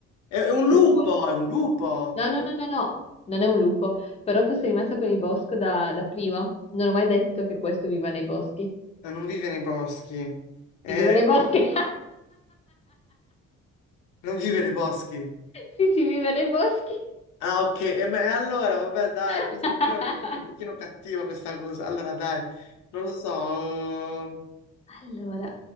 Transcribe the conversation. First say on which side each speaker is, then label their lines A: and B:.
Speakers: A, on the left; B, on the left.
A: È, è un
B: Questa
A: lupo,
B: volta.
A: è un lupo.
B: No, no, no, no, no, non è un lupo. Però tu sei rimasta con il bosco da, da prima. Non ho mai detto che questo viva nei boschi.
A: Eh, Non vive nei boschi. Eh,
B: Si vive nei boschi. <laughs>
A: non vive nei boschi.
B: Sì, si vive nei boschi.
A: Ah, ok. E ma- e allora, vabbè, dai,
B: <laughs>
A: questo pure è un pochino cattivo questa cosa. Allora, dai, non lo so. ehm,
B: Allora,